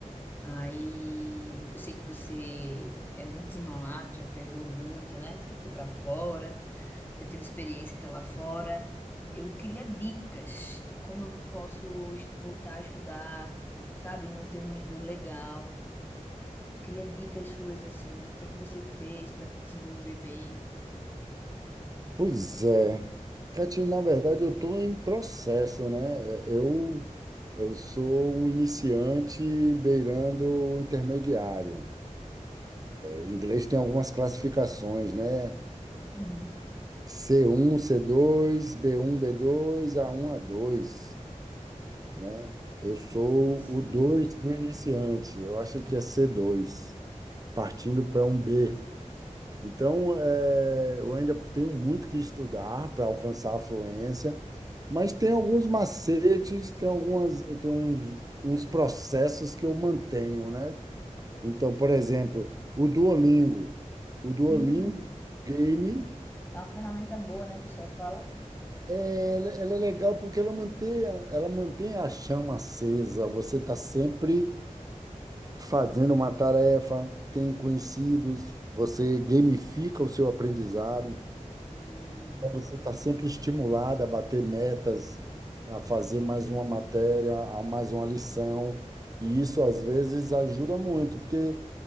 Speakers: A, on the left; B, on the right.
A: Aí, eu sei que você é muito desenrolado, já viajou muito, né? Já foi pra fora, já teve experiência até lá fora. Eu queria dicas de como eu posso est- voltar a estudar, sabe, manter um nível legal. Eu queria dicas suas assim. O que é que você fez para desenvolver bem?
B: Pois é. Catine, na verdade, eu estou em processo, né? Eu, eu sou um iniciante beirando o intermediário. O inglês tem algumas classificações, né?
A: Uhum.
B: c um c dois b um b dois a um a dois né? Eu sou
A: Sim.
B: o 2 do iniciante. Eu acho que é c dois partindo para um B. Então, eh, eu ainda tenho muito que estudar para alcançar a fluência, mas tem alguns macetes, tem algumas, tem uns, uns processos que eu mantenho, né? Então, por exemplo, o Duolingo. O Duolingo
A: Sim.
B: Game,
A: É uma ferramenta boa, né? O pessoal fala.
B: eh, ela, ela é legal porque ela mantém, a- ela mantém a chama acesa. Você está sempre fazendo uma tarefa, tem conhecidos, você gamifica o seu aprendizado.
A: Hum,
B: Então, Você está sempre estimulado a bater metas, a fazer mais uma matéria, a mais uma lição, e isso às vezes ajuda muito, porque